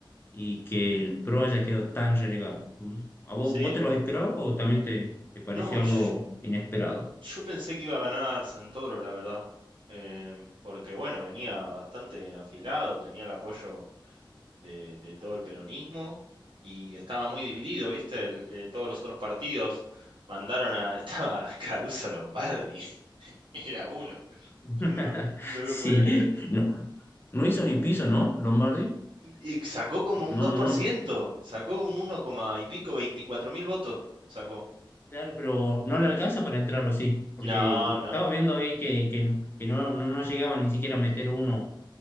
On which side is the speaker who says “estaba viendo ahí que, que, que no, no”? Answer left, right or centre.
Left